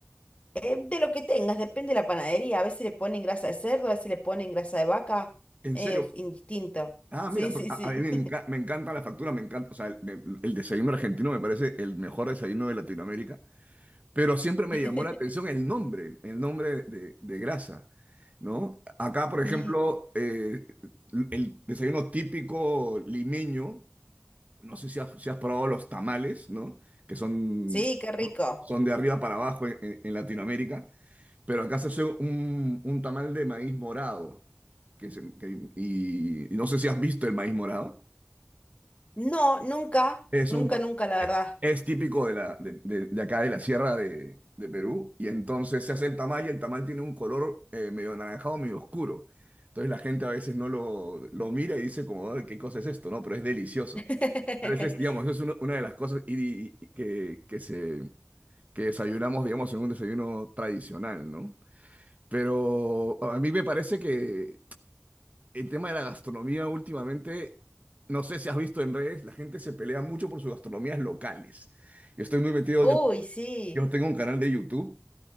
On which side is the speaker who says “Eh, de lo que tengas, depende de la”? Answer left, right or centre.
Left